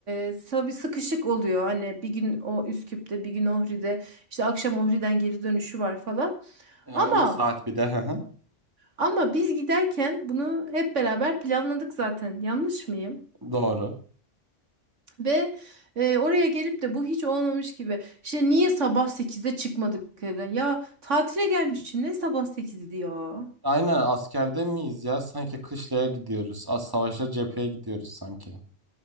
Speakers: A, on the right; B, on the right.
A: e, tabii sıkışık oluyor. Hani bir gün o Üsküp'te bir gün Ohri'de işte akşam Ohri'den geri dönüşü var falan.
B: 3
A: Ama
B: saat bir de. Hı hı.
A: ama biz giderken bunu hep beraber planladık zaten yanlış mıyım?
B: Doğru.
A: Ve e, oraya gelip de bu hiç olmamış gibi. işte niye sabah sekizde çıkmadık evden? Ya tatile gelmişim ne sabah 8'di ya.
B: Aynen askerde miyiz ya? Sanki kışlaya gidiyoruz. Az savaşa cepheye gidiyoruz sanki.